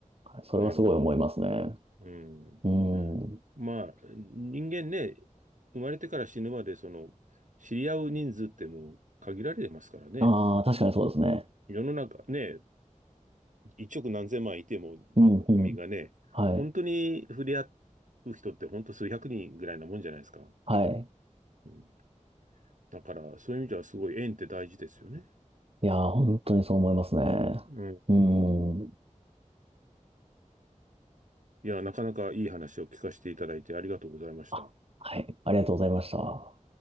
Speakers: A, on the right (about 50°); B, on the right (about 70°).
A: それはすごい思いますね。
B: なるほど。うん。
A: うん。
B: まあ、人間ね、生まれてから死ぬまで、その、知り合う人数ってもう限られてますからね。
A: ああ、確かにそうですね。
B: 世の中ね、一億何千万いても
A: うんうん。
B: 国民がね、
A: はい。
B: 本当に触れ合う人って本当数百人ぐらいなもんじゃないですか。
A: はい。
B: うん、だから、そういう意味ではすごい縁って大事ですよね。
A: いやー、本当にそう思いますね。
B: うん。
A: うん。
B: いや、なかなかいい話を聞かせていただいてありがとうございました。
A: あ、はい。ありがとうございました。